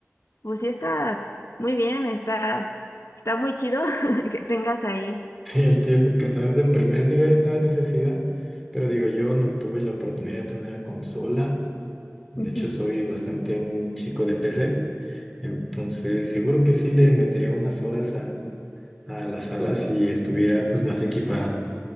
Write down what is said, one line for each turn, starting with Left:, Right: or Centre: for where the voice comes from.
Left: pues sí está muy bien, está, está muy chido <laughs> que tengas ahí.
Centre: Sí, entiendo que no es de primer nivel la necesidad, pero digo, yo no tuve la oportunidad de tener consola. De
Left: Ujú.
Centre: hecho, soy bastante un chico de PC, entonces seguro que sí le metería unas horas a a la sala si estuviera pues más equipada.